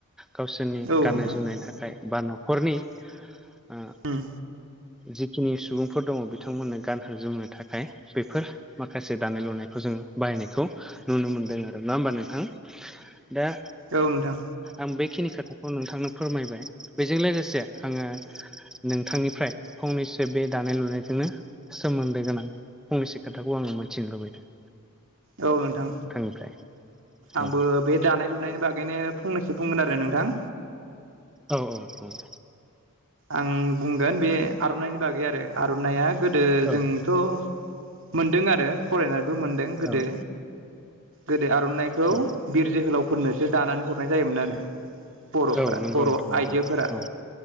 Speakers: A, in the centre; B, on the right.
A: गावसोरनि
B: औ
A: गाननाय
B: नोंथां
A: जोमनायनि थाखाय बा न'खरनि आ
B: उम
A: जिखिनि सुबुंफोर दङ बिथांमोननो गानहोजोमनो थाखाय बेफोर माखासे दानाय लुनायखौ जोङो बाहायनायखौ नुनो मोनदों आरो नङा होमबा नोंथां? दा
B: औ नोंथां
A: आं बेखिनि खोथाखौ नोंथांनो फोरमायबाय बेजों लोगोसे आङो नोंथांनिफ्राय फंनैसो बे दानाय लुनायजोंनो सोमोन्दो गोनां फंनैसो खोथाखौ आङो मिथिनो लुबैदों
B: औ नोंथां
A: नोंथांनिफ्राय
B: आंबो
A: औ
B: बे दानाय लुनायनि बागैनो फंनैसो बुंगोन आरो नोंथां
A: औ औ औ
B: आं बुंगोन बे आर'नाइनि बागै आरो आर'नाइया गोदो
A: औ
B: जों थ' मोनदों आरो फरायनानैबो मोन दों गोदो
A: औ
B: गोदो आर'नाइखौ
A: औ
B: बिर जोहोलावफोरनोसो दानानै हरनाय जायोमोन आरो बर'फोरा
A: औ नंगौ
B: बर'
A: नोंथां नंगौ
B: आइजोफोरा
A: औ